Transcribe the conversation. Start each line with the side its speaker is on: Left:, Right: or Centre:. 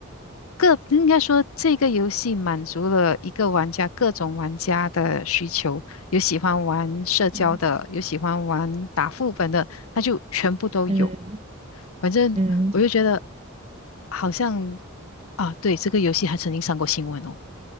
Left: 各应该说，这个游戏满足了一个玩家各种玩家的需求，有喜欢玩社交的，
Right: 嗯
Left: 有喜欢玩打副本的，那就全部都有。
Right: 嗯
Left: 反正我就觉得
Right: 嗯
Left: 好像啊，对，这个游戏还曾经上过新闻哦。